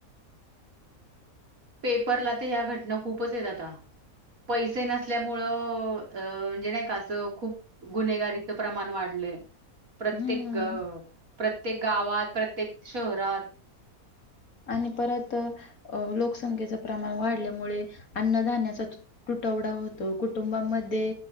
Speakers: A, on the right; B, on the left.
A: पेपरला तर ह्या घटना खूपच आहेतेत आता पैसे नसल्यामुं म्हणजे नाही खूप गुन्गारीच प्रमाण वाढय प्रत्येक
B: हम्म
A: प्रत्येक गावात प्रत्येक शहरात
B: आणि परत अ लोकसंख्येचं प्रमाण वाढल्यामुळे अन्नधान्याचा तुटवडा होतो कुटुंबामध्ये